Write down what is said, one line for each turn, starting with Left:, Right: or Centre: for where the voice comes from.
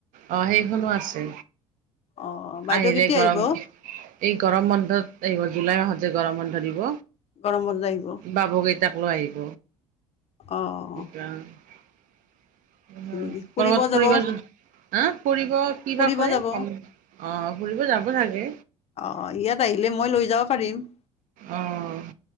Right: অঁ সেইখনো আছে
Left: অ' অ' বাইদেউ
Right: আহিলে
Left: কেতিয়া
Right: গৰম
Left: আহিব?
Right: এই গৰম বন্ধত আহিব জুলাই মাহত যে গৰম বন্ধ দিব।
Left: গৰম বন্ধ আহিব।
Right: বাবু কেইটাক লৈ আহিব।
Left: অহ অহ।
Right: কৰবাত
Left: নেকি
Right: ফুৰিব
Left: যাব
Right: যদ হা ফুৰিব কিবা
Left: ফুৰিব
Right: কৰে
Left: যাব
Right: অ' ফুৰিব যাব চাগে।
Left: অ' ইয়াত আহিলে মই লৈ যাবা পাৰিম।
Right: অ'